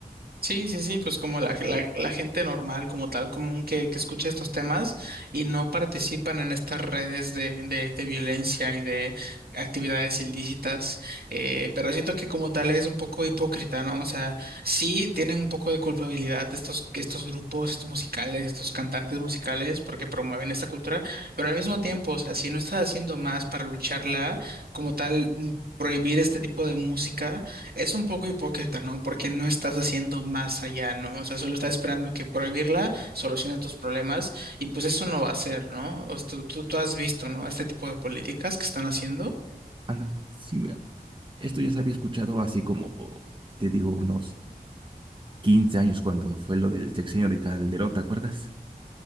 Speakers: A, on the right; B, on the right.
A: Sí, sí, sí, pues como la, la, la gente normal, como tal común que, que escucha estos temas y no participan en estas redes de, de, de violencia y de actividades ilícitas, eh, pero siento que como tal es un poco hipócrita, ¿no? O sea, sí tienen un poco de culpabilidad estos, estos grupos, estos musicales, estos cantantes musicales, porque promueven esta cultura, pero al mismo tiempo, o sea, si no estás haciendo más para lucharla, como tal... mm, prohibir este tipo de música es un poco hipócrita, ¿no? Porque no estás haciendo más allá, ¿no? O sea, solo estás esperando que prohibirla solucione tus problemas y pues eso no va a ser, ¿no? O sea, tú, tú, tú has visto, ¿no? Este tipo de políticas que están haciendo.
B: Ana, sí, mira, esto ya se había escuchado así como, o, te digo, unos 15 años cuando fue lo del sexenio de Calderón, ¿te acuerdas?